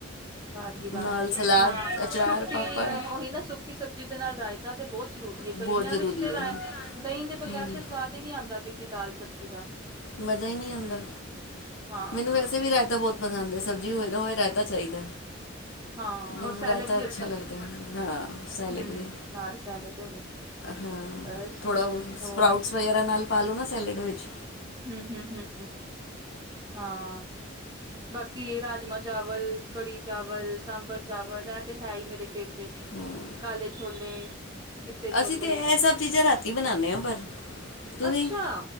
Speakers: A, on the right; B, on the left.
A: ਵਾਹ ਜੀ ਵਾਹ
B: ਨਾਲ ਸਲਾਦ
A: ਹਾਂ
B: ਅਚਾਰ
A: ਸੁੱਕੀ
B: ਪਾਪੜ
A: ਉਹੀ ਨਾ ਸੁੱਕੀ ਸਬਜ਼ੀ ਦੇ ਨਾਲ ਰਾਇ ਤਾ ਤੇ ਬਹੁਤ ਜ਼ਰੂਰੀ ਹੈ
B: ਬਹੁਤ
A: ਗਰਮੀਆਂ
B: ਜ਼ਰੂਰੀ
A: ਵਿੱਚ ਤੇ
B: ਹੈ
A: ਰਏ ਦਹੀਂ ਦੇ
B: ਹਮ।
A: ਬਗੈਰ ਤੇ ਸਵਾਦ ਹੀ ਨਹੀ ਆਉਂਦਾ ਕਿਸੇ ਦਾਲ ਸਬਜ਼ੀ ਦਾ।
B: ਮਜ਼ਾ ਹੀ ਨਹੀ
A: ਹਮ
B: ਆਉਂਦਾ
A: ਹਾਂ
B: ਮੈਨੂੰ ਵੈਸੇ ਵੀ ਰਾਇਤਾ ਬਹੁਤ ਪਸੰਦ ਹੈ ਸਬਜ਼ੀ ਹੋਏ ਨਾ ਹੋਏ ਰਹਿਤਾ ਚਾਹੀਦਾ
A: ਹਾਂ ਹੋਰ
B: ਐ
A: ਸੈਲਡ
B: ਰਾਇਤਾਂ
A: ਵੀ
B: ਅੱਛਾ ਲੱਗਦਾ ਹਾਂ ਸੈਲੇਡ
A: ਹੂੰ,
B: ਵੀ
A: ਨਾਲ ਸੈਲਡ ਹੋਵੇ
B: ਹਾਂ
A: ਬਸ
B: ਥੋੜਾ
A: ਹੋਰ
B: ਸਪਰਾਊਟਸ ਵਗੈਰਾ ਨਾਲ ਪਾਾਲੋ ਨਾ ਸੈਲਡ ਵਿਚ
A: ਹੂ ਹੂ ਹੂ ਹੂ ਹਾਂ ਬਾਕੀ ਰਾਜਮਾਂ ਚਾਵਲ ਕੜੀ ਚਾਵਲ ਸਾਂਬਰ ਚਾਵਲ ਐ ਤੇ ਹੈ ਹੀ ਮੇਰੇ ਫੇਵਰੇਟ
B: ਹਮ
A: ਕਾਲੇ ਛੋਲੇ, ਚਿੱਟੇ ਛੋਲੇ
B: ਅਸੀਂ ਤੇ ਇਹ ਸਭ ਚੀਜ਼ਾਂ ਰਾਤੀ ਬਣਾਉਦੇ ਹਾਂ ਪਰ ਤੁਸੀਂ
A: ਅੱਛਾ